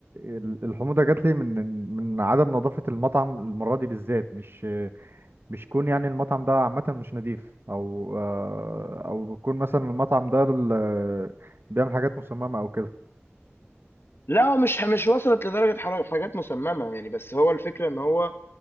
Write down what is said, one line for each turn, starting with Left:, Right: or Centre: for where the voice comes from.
Right: ال- الحموضه جات لي من من عدم نظافه المطعم المره دي بالذات مش مش يكون يعني المطعم ده عامة مش نضيف أو آه، أو يكون مثلا المطعم ده ال- بيعمل حاجات مصممة أو كده
Left: لا هو مش مش وصلت لدرجه حرا- حاجات مسممه يعني بس هو الفكره ان هو